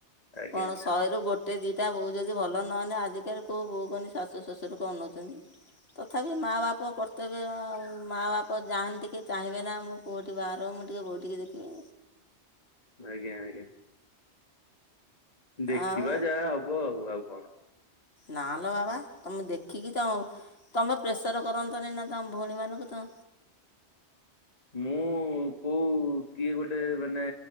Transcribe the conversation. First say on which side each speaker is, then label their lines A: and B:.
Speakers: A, on the left (about 35°); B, on the left (about 60°).
A: ଆଜ୍ଞା
B: କଣ ଶହେରୁ ଗୋଟେ ଦିଟା ବୋଉ ଯଦି ଭଲ ନହେଲେ ଆଜିକାଲି କଉ ବୋଉ କହି ଶାଶୁ ଶଶୁରକୁ ଅନଉଛନ୍ତି। ତଥାପି ମାଆ ବାପ କର୍ତବ୍ୟ ଆଉ ମାଆ ବାପ ଯାହାନ୍ତି ଟିକେ ଚାହିଁବେ ନା ମୁଁ ବଉଠ ବାର ମୁଁ ଟିକେ ବଉଟିକି ଦେଖିବି।
A: ଆଜ୍ଞା ଆଜ୍ଞା। ଦେଖିବା
B: ଆଉ
A: ଯାହା ହବ ଆଉ ଆଉ କଣ?
B: ନା ଲ ବାବା ତମେ ଦେଖିକି ତମ ତୁମେ ପ୍ରେସର କରନ୍ତନି ନା ତମ ଭଉଣୀମାନଙ୍କୁ ତ
A: ମୁଁ କହୁ କିଏ ଗୋଟେ ମାନେ